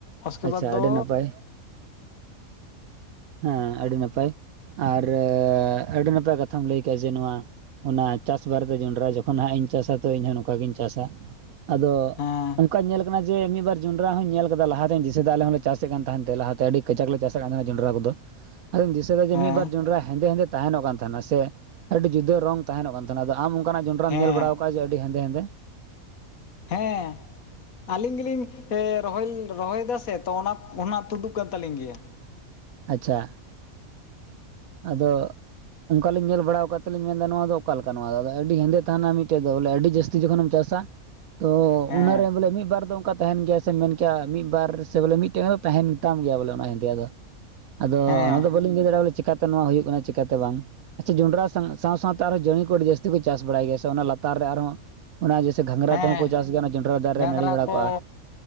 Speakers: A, on the left; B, on the right.
A: ᱩᱥᱠᱮ ᱵᱟᱫ
B: ᱟᱪᱪᱷᱟ
A: ᱫᱚ
B: ᱟᱹᱰᱤ ᱱᱟᱯᱟᱭ ᱦᱮᱸ ᱟᱹᱰᱤ ᱱᱟᱯᱟᱭ ᱟᱨ ᱟᱹᱰᱤ ᱱᱟᱯᱟᱭ ᱠᱟᱛᱷᱟᱢ ᱞᱟᱹᱭ ᱠᱮᱜᱼᱟ ᱡᱮ ᱱᱚᱣᱟ ᱚᱱᱟ ᱪᱟᱥ ᱵᱟᱨᱮᱛᱮ ᱡᱚᱸᱰᱨᱟ ᱡᱚᱠᱷᱚᱱ ᱦᱟᱸᱜ ᱤᱧ ᱪᱟᱥᱟ ᱛᱚ ᱤᱧ ᱦᱚᱸ ᱱᱚᱝᱠᱟ ᱜᱤᱧ ᱪᱟᱥᱟ᱾ ᱟᱫᱚ
A: ᱦᱮᱸ
B: ᱚᱱᱠᱟ ᱧᱮᱞ ᱠᱟᱱᱟ ᱡᱮ ᱢᱤᱫ ᱵᱟᱨ ᱡᱚᱸᱰᱨᱟ ᱦᱚᱸᱧ ᱧᱮᱞ ᱠᱟᱫᱟ ᱞᱟᱦᱟ ᱨᱮᱧ ᱫᱤᱥᱟᱹᱭ ᱫᱟ ᱟᱞᱮ ᱦᱚᱸᱞᱮ ᱪᱟᱥᱮᱜ ᱠᱟᱱ ᱛᱟᱦᱮᱸᱱ ᱛᱮ ᱞᱟᱦᱟᱛᱮ ᱟᱹᱰᱤ ᱠᱟᱡᱟᱠ ᱞᱮ ᱪᱟᱥᱮᱫ ᱠᱟᱱ ᱛᱟᱦᱮᱱ ᱡᱚᱸᱰᱨᱟ ᱠᱚᱫᱚ᱾ ᱟᱫᱚᱧ ᱫᱤᱥᱟᱹᱭ ᱫᱟ ᱡᱮ
A: ᱦᱮᱸ
B: ᱢᱤᱫ ᱵᱟᱨ ᱡᱚᱱᱰᱨᱟ ᱦᱮᱸᱫᱮ ᱦᱮᱸᱫᱮ ᱛᱟᱦᱮᱱᱚᱜ ᱠᱟᱱ ᱛᱟᱦᱮᱱᱟ ᱥᱮ ᱟᱹᱰᱤ ᱡᱩᱫᱟᱹ ᱨᱚᱝ ᱛᱟᱦᱮᱱᱚᱜ ᱠᱟᱱ ᱛᱟᱦᱮᱱᱟ ᱟᱫᱚ ᱟᱢ ᱚᱱᱠᱟᱱᱟᱜ ᱡᱚᱸᱰᱨᱟᱢ
A: ᱦᱮᱸ
B: ᱧᱮᱞ ᱵᱟᱲᱟ ᱚᱱᱠᱟ ᱡᱮ ᱟᱰᱤ ᱦᱮᱸᱫᱮ ᱦᱮᱸᱫᱮ᱾
A: ᱦᱮᱸ᱾ ᱟᱞᱤᱧ ᱜᱮᱞᱤᱧ ᱮᱸ ᱨᱚᱦᱚᱭ ᱨᱚᱦᱚᱭᱮᱫᱟ ᱥᱮ ᱛᱚ ᱚᱱᱟ ᱛᱩᱫᱩᱜ ᱠᱟᱱ ᱛᱟᱞᱤᱧ ᱜᱮᱭᱟ᱾
B: ᱟᱪᱪᱷᱟ᱾ ᱟᱫᱚ ᱚᱱᱠᱟᱞᱤᱧ ᱧᱮᱞ ᱵᱟᱲᱟᱣ ᱠᱟᱫ ᱛᱮᱞᱤᱧ ᱢᱮᱱᱫᱟ ᱱᱚᱣᱟ ᱫᱚ ᱚᱠᱟᱞᱮᱠᱟ ᱱᱚᱣᱟ ᱫᱚ ᱟᱹᱰᱤ ᱦᱮᱸᱫᱮ ᱛᱟᱦᱮᱱᱟ ᱢᱤᱫᱴᱮᱡ ᱫᱚ ᱵᱚᱞᱮ, ᱟᱹᱰᱤ ᱡᱟᱹᱥᱛᱤ ᱡᱟᱥᱛᱤ ᱡᱚᱠᱷᱚᱱᱮᱢ ᱪᱟᱥᱟ ᱛᱚ
A: ᱦᱮᱸ
B: ᱚᱱᱟᱨᱮ ᱵᱚᱞᱮ ᱢᱤᱫ ᱵᱟᱨ ᱫᱚ ᱚᱱᱠᱟ ᱛᱟᱦᱮᱱ ᱜᱮᱭᱟ ᱥᱮᱢ ᱢᱮᱱ ᱠᱮᱭᱟ ᱢᱤᱫ ᱵᱟᱨ ᱥᱮ ᱵᱚᱞᱮ ᱢᱤᱫᱴᱮᱱ ᱫᱚ ᱛᱟᱦᱮᱱ ᱜᱮᱛᱟᱢ ᱜᱮᱭᱟ ᱵᱚᱞᱮ ᱚᱱᱟ ᱦᱮᱸᱫᱮᱭᱟᱜ ᱫᱚ᱾ ᱟᱫᱚ
A: ᱦᱮᱸ
B: ᱚᱱᱟᱫᱚ ᱵᱟᱹᱞᱤᱧ ᱞᱟᱹᱭ ᱫᱟᱲᱮᱜᱼᱟ ᱵᱚᱞᱮ ᱪᱤᱠᱟᱛᱮ ᱱᱚᱣᱟ ᱦᱩᱭᱩᱜ ᱠᱟᱱᱟ ᱪᱤᱠᱟᱛᱮ ᱵᱟᱝ᱾ ᱟᱪᱪᱷᱟ ᱡᱚᱸᱰᱨᱟ ᱥᱟᱶ ᱥᱟᱶ ᱥᱟᱶᱛᱮ ᱟᱨᱦᱚᱸ ᱡᱟᱹᱲᱤ ᱠᱚ ᱟᱹᱰᱤ ᱡᱟᱹᱥᱛᱤ ᱠᱚ ᱪᱟᱥ ᱵᱟᱲᱟᱭ ᱜᱮᱭᱟ ᱥᱮ ᱚᱱᱟ ᱞᱟᱛᱟᱨ ᱨᱮ ᱟᱨᱦᱚᱸ ᱚᱱᱟ ᱡᱮᱭᱥᱮ ᱜᱷᱟᱸᱜᱽᱨᱟ
A: ᱦᱮᱸ
B: ᱠᱚᱦᱚᱸ ᱠᱚ ᱪᱟᱥ ᱜᱮᱭᱟ ᱚᱱᱟ ᱡᱚᱸᱰᱨᱟ ᱫᱟᱨᱮ ᱨᱮ
A: ᱜᱷᱟᱸᱝᱨᱟ
B: ᱱᱟᱲᱤ ᱵᱟᱲᱟ
A: ᱠᱚ
B: ᱠᱚᱜᱼᱟ,